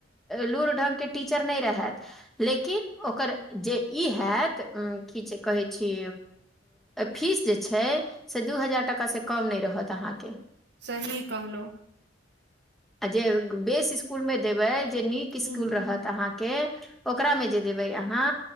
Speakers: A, in the centre; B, on the right.
A: लूुर ढङ्गके टीचर नहि रहथि लेकिन ओकर जे ई हैत की जे कहै छी फीस जे छै से दू हजार टाकासँ कम नहि रहत अहाँकेँ
B: सही कहलहुँ
A: आ जे बेस स्कूल मे देबे जे नीक
B: हूँ
A: स्कूल रहत
B: हूँ
A: अहाँक केँ ओकरा मे जे देबै अहाँ